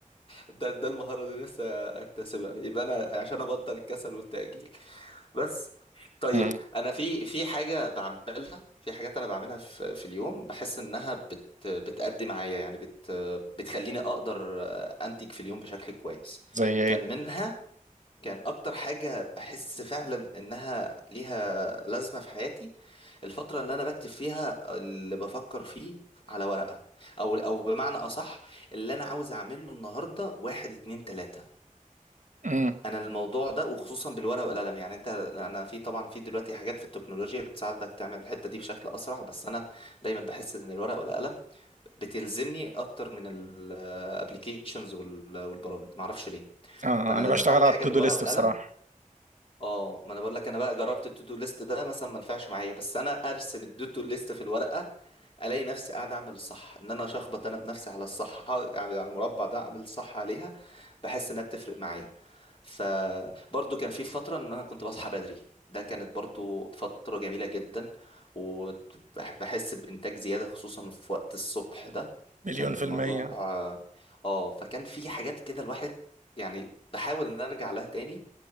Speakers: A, on the left (about 40°); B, on the right (about 65°).
A: ده ده المهارة اللي نفسي اكتسبها يبقى انا عشان ابطل الكسل والتأجيل بس طيب
B: مم.
A: انا في في حاجة بعملها في حاجات انا بعملها في في اليوم بحس انها بت بتأدي معايا يعني بت بتخليني اقدر انتج في اليوم بشكل كويس
B: زي ايه
A: كان منها كان اكتر حاجة بحس فعلا انها ليها لازمة في حياتي الفترة اللي انا بكتب فيها اللي بفكر فيه على ورقة او او بمعنى اصح اللي انا عاوز اعمله النهاردة واحد اتنين تلاتة
B: مم.
A: انا الموضوع ده وخصوصا بالورقة والقلم يعني انت انا في طبعا في دلوقتي حاجات في التكنولوجيا بتساعدك تعمل الحتة دي بشكل اسرع بس انا دايما بحس ان الورقة والقلم بتلزمني اكتر من الابليكيشنز والبرامج معرفش ليه
B: آه
A: فانا
B: انا
A: لما
B: بشتغل
A: بعمل
B: على
A: حاجه
B: التو
A: بالورقه
B: دو ليست
A: والقلم
B: بصراحه
A: اه ما انا بقول لك انا بقى جربت التو دو ليست ده مثلا ما نفعش معايا بس انا ارسم التو دو ليست في الورقه الاقي نفسي قاعد اعمل الصح ان انا اشخبط انا بنفسي على الصح يعني على المربع ده اعمل الصح عليها بحس انها بتفرق معايا فبرضو كان في فتره ان انا كنت بصحى بدري ده كانت برضو فتره جميله جدا وبحس بانتاج زياده خصوصا في وقت الصبح ده
B: مليون
A: كان
B: في المية
A: موضوع اه آه، فكان في حاجات كده الواحد يعني بحاول ان أنا ارجع لها تاني